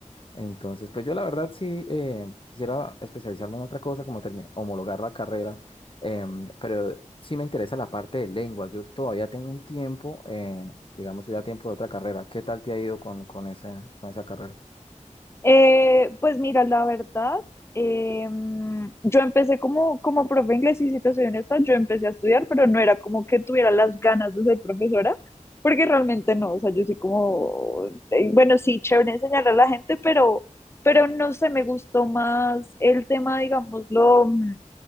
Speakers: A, on the left; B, on the left.
A: Entonces, pues yo la verdad sí eh, quisiera especializarme en otra cosa, como termi- homologar la carrera, em, pero sí me interesa la parte de lengua. Yo todavía tengo un tiempo, eh, digamos, yo ya tiempo de otra carrera. ¿Qué tal te ha ido con, con esa, con esa carrera?
B: Eh, pues mira, la verdad, eh, yo empecé como, como profe de inglés y si te soy honesta, yo empecé a estudiar, pero no era como que tuviera las ganas de ser profesora, porque realmente no, o sea, yo soy como, eh, bueno, sí, chévere enseñar a la gente, pero, pero no sé, me gustó más el tema, digámoslo, mm,